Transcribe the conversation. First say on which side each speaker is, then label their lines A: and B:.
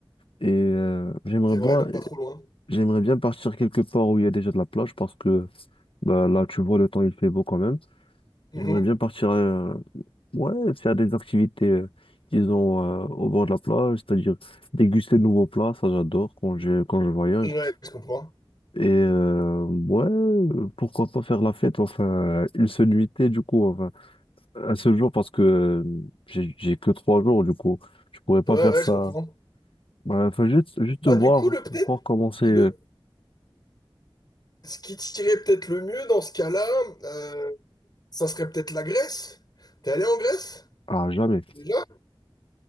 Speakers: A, on the left; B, on the left.
A: Et euh, j'aimerais
B: C'est vrai,
A: bien,
B: donc pas trop loin.
A: j'aimerais bien partir quelque part où il y a déjà de la plage parce que Bah, là, tu vois, le temps, il fait beau quand même.
B: Mhm.
A: J'aimerais bien partir, euh, ouais, faire des activités, euh, disons, euh, au bord de la plage, c'est-à-dire déguster de nouveaux plats, ça j'adore quand je, quand je voyage.
B: Ouais, je comprends.
A: Et euh, ouais, euh, pourquoi pas faire la fête, enfin, une seule nuitée, du coup, enfin, un seul jour, parce que euh, j'ai, j'ai que trois jours, du coup, je pourrais pas
B: Ouais,
A: faire
B: ouais,
A: ça.
B: je comprends.
A: Ouais, Enfin, juste, juste
B: Bah,
A: voir,
B: du coup, le peut-être,
A: voir comment c'est.
B: le,
A: euh,
B: ce qui tirait peut-être le mieux dans ce cas-là, euh, ça serait peut-être la Grèce. T'es allé en Grèce?
A: Ah, jamais.
B: Déjà?